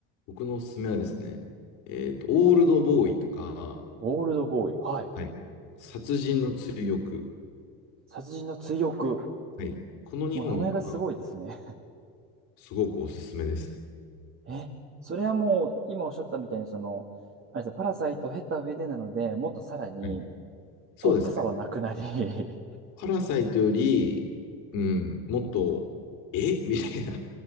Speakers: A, on the left (about 60°); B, on the right (about 35°).
A: 僕のおすすめはですね、えっと、オールドボーイとか、
B: オールドボーイ。はい。
A: はい殺人の追憶。
B: 殺人の追憶。
A: はい。この2本は
B: もう名前がすごいですね。
A: すごくおすすめですね。
B: <laughs> え、それはもう、今おっしゃったみたいに、その、あれですよパラサイトを経た上でなので、もっとさらに、
A: うんそうですね。
B: ポップさはなくなり <laughs>
A: パラサイトより、うん、もっと、え <laughs> みたいな。